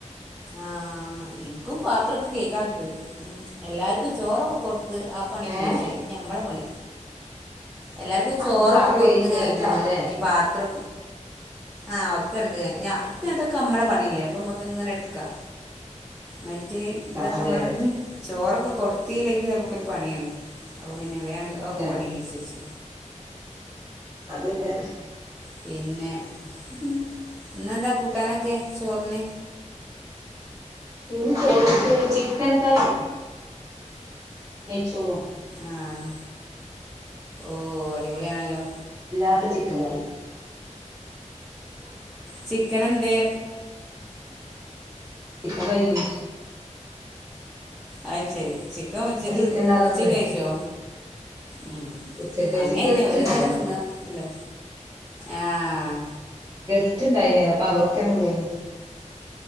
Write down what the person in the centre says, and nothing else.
ആഹ് ഇൻക്കും പാത്രൊക്കെ കെഴ്കാണ്ട് ഉം എല്ലാർക്കും ചോറൊക്കെ കൊടു ത് ആഹ് പണി ഫിനിഷായി
ഞമ്മളെ പണി എല്ലാർക്കും ചോറൊക്കെ
കൊടുത്ത്
കഴിഞ്ഞു
ഇഞ്ഞി പാത്ര ആഹ് ഒക്കെണ്ട്
എഞ്ഞ
അതൊക്കെ നമ്മളെ പണില്ലേ അപ്പോമക്ക് ഇങ്ങനെ എടുക്ക ക്കാ മറ്റേ
ഇതൊക്കെ
<unintelligible>
ചോറൊക്കെ കൊടുത്തീല്ലെങ്കി നമുക്കൊരു പണിയാണ് അപ്പോ പിന്നെ വേണ്ട് അഒക്കെ
പണി കഴിച്ച്ച്ച്
പിന്നെ ഇന്നെന്താ കൂട്ടാനൊക്കെ ചോറിന്
ആഹ് ഓഹ് അടിപൊളിയാണല്ലോ
ചിക്കനെന്തേ
അഹ് ശരി ചിക്കൻ ഉച്ചക്ക്
ഉച്ചക്ക്
കഴിച്ചോ ഉം
അങ്ങേന്നെ
ഒരു
നേരം തിന്ന അല്ലേ ആഹ്